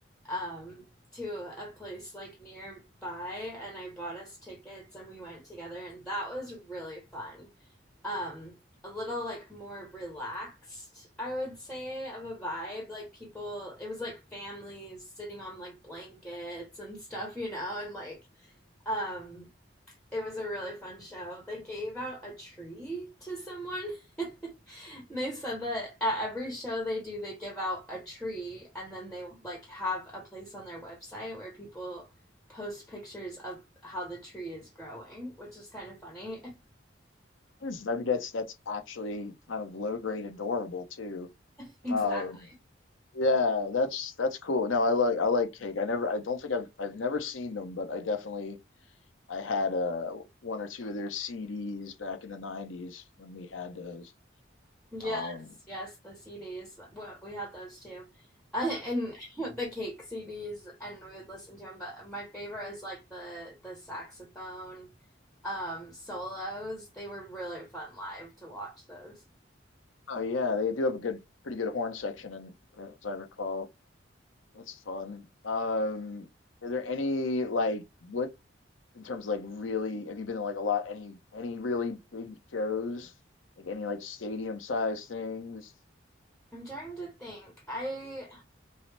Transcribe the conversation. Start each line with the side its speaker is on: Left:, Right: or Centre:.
Centre: um to a place like nearby and I bought us tickets and we went together and that was really fun. um, a little like more relaxed, I would say, of a vibe. Like people, it was like families sitting on like blankets and stuff, you know, and like um, it was a really fun show. They gave out a tree to someone. <laughs> And they said that at every show they do, they give out a tree and then they like have a place on their website where people post pictures of how the tree is growing, which is kind of funny.
Left: This- I mean that's that's actually kind of low grade adorable too.
Centre: <laughs> exactly
Left: Um, yeah, that's that's cool. No, I like I like Cake. I never I don't think I've I've never seen them, but I definitely I had uh one or two of their CDs back in the '90s when we had those.
Centre: Yes,
Left: Um,
Centre: yes, the CDs. What we had those too, uh, and <laughs> the cake CDs, and we would listen to them. But my favorite is like the the saxophone um, solos. They were really fun live to watch those.
Left: Oh yeah, they do have a good, pretty good horn section, and as I recall, that's fun. Um, are there any like what in terms of like really? Have you been to like a lot? Any any really big shows? Like any like stadium size things?
Centre: I'm trying to think. I